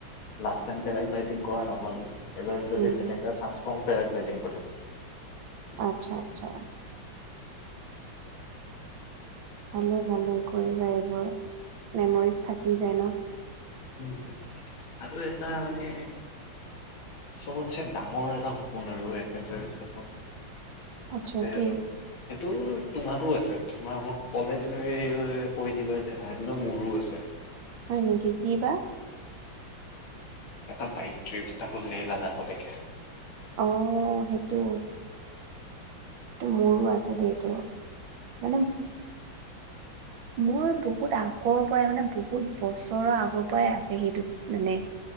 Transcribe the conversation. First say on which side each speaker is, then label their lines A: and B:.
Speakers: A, on the left (about 80°); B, on the right (about 75°).
A: লাষ্ট টাইম পেৰাগ্লাইডিং কৰা নহল, এবাৰ যদি
B: উম হম
A: তেনেকুৱা চানন্স পাওঁ- পেৰাাগ্লাইডিং কৰিব
B: আচ্ছা আচ্ছা ভালেই ভালেই কৰিবা এইবোৰ মেমৰিজ থাকি যায় ন
A: উ আৰু এটা মানে চবতছেে ডাঙৰ এটা সপোন আৰু এডভেঞ্চাৰাছ সপোন
B: আচ্ছা
A: আছে
B: কি
A: আৰু সেইটো তোমাৰো আছে তমাৰ মোক ক'লে তুমি কৈ দিবা যে সেইটোতো মোৰো আছে
B: হয় নেকি কি বা
A: এটা বাইক ট্ৰিপ তাকো লে লডাখ ৰ লেকে
B: অ সেইটো টো মোৰো আছেটো এইটো মানে মো মোৰ বহুত আগৰ পৰাই মানে বহুত বছৰৰ আগৰ পৰাই আছে সেইটোত মানে